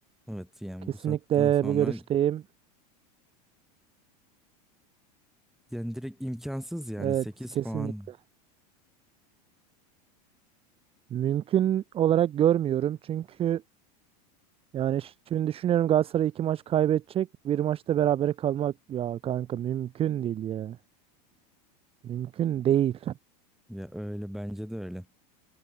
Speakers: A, in the centre; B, on the right.
A: Evet yani
B: Kesinlikle
A: bu saatten sonra
B: bu görüşteyim.
A: yani direkt imkansız yani
B: Evet
A: sekiz
B: kesinlikle.
A: puan
B: Mümkün olarak görmüyorum çünkü yani ş- şimdi düşünüyorum Galatasaray iki maç kaybedecek. Bir maçta berabere kalmak ya kanka mümkün değil ya. Mümkün değil.
A: ya öyle bence de öyle.